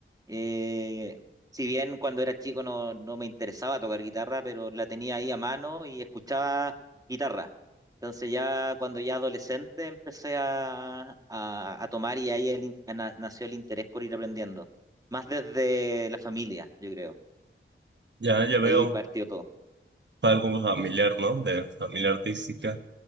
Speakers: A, on the right; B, on the right.
A: Eh, si bien cuando era chico no, no me interesaba tocar guitarra, pero la tenía ahí a mano y escuchaba guitarra. Entonces ya cuando ya adolescente empecé a, a- a tomar y ahí el in- na- nació el interés por ir aprendiendo. Más desde la familia, yo creo.
B: ya, ya veo,
A: Ahí partió todo.
B: fue algo familiar, ¿no? De familia artística.